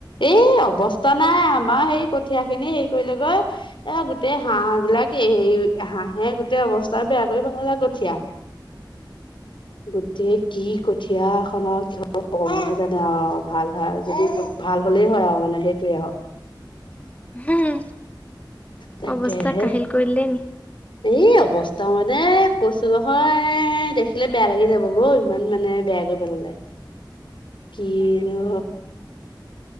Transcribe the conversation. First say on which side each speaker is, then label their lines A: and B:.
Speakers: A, on the left; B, on the left.
A: এই অৱস্থা নাই আমাৰ সেই কঠিয়া খিনি হেৰি কৰিলেগৈ এ গোটেই হাঁহ বিলাক এই হাঁহে গোটেই অৱস্থা বেয়া কৰি পেলে কঠিয়া গোটেই কি কঠিয়া এ খনৰ ক জানে অ ভাল ভাল ভাল হ'লেই হয় আৰু মানে সেইটোয়ে আৰু
B: অ',
A: তাকেহে
B: অৱস্থা কাহিল কৰি দিলে নি
A: এই অৱস্থা ক মানে কৈছো নহয় দেখিলে বেয়া লাগি যাব গৌ ইমান মানে বেয়া কৰি পেলালে কিনো